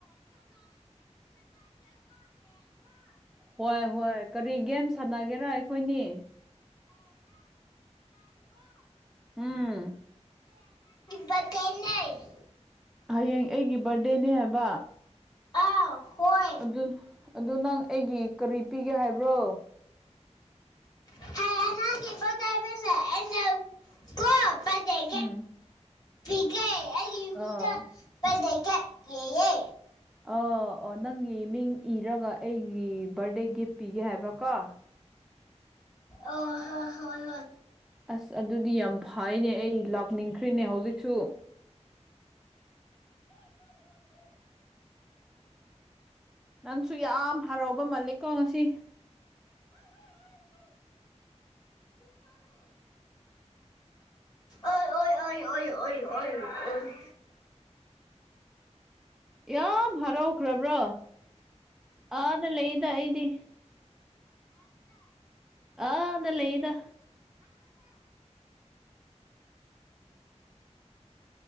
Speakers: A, in the centre; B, on the left.
A: ꯍꯣꯏ ꯍꯣꯏ ꯀꯔꯤ ꯒꯦꯝ ꯁꯥꯟꯅꯒꯦꯔꯥ ꯑꯩꯈꯣꯏꯅꯤ ꯎꯝ
B: ꯄꯇꯦꯟꯅꯦ <unintelligible>
A: ꯍꯌꯦꯡ ꯑꯩꯒꯤ ꯕꯥꯔꯗꯦꯅꯦ ꯍꯥꯏꯕ
B: ꯑ ꯍꯣꯏ
A: ꯑꯗꯨ ꯑꯗꯨ ꯅꯪ ꯑꯩꯒꯤ ꯀꯔꯤ ꯄꯤꯒꯦ ꯍꯥꯏꯕ꯭ꯔꯣ
B: ꯍ <unintelligible> <unintelligible> ꯑꯩꯅꯥ ꯀꯣꯄꯗꯩ
A: ꯎꯝ
B: ꯊꯤꯀꯦ ꯑꯩꯒꯤ
A: ꯑꯣ
B: ꯕꯗꯦ ꯀꯦꯛ ꯌꯦꯌꯦ
A: ꯑ ꯑꯣ ꯅꯪꯒꯤ ꯃꯤꯡ ꯏꯔꯒ ꯑꯩꯒꯤ ꯕꯥꯔꯗꯦ ꯒꯤꯐ ꯄꯤꯒꯦ ꯍꯥꯏꯕꯀꯣ
B: ꯑꯣ ꯍꯣ ꯍꯣꯏ ꯍꯣꯏ
A: ꯑꯁ ꯑꯗꯨꯗꯤ ꯌꯥꯝ ꯐꯩꯅꯦ ꯑꯩ ꯂꯥꯛꯅꯤꯡꯈ꯭ꯔꯤꯅꯦ ꯍꯧꯖꯤꯛꯁꯨ ꯅꯪꯁꯨ ꯌꯥꯝ ꯍꯔꯥꯎꯕ ꯃꯥꯜꯂꯤꯀꯣ ꯉꯁꯤ
B: ꯑꯣꯏ ꯑꯣꯏ ꯑꯣꯏ ꯑꯣꯏ ꯑꯣꯏ
A: ꯌꯥꯝ ꯍꯔꯥꯎꯈ꯭ꯔꯕ꯭ꯔꯣ ꯑꯥꯗ ꯂꯩꯌꯦꯗ ꯑꯩꯗꯤ ꯑꯥꯗ ꯂꯩꯌꯦꯗ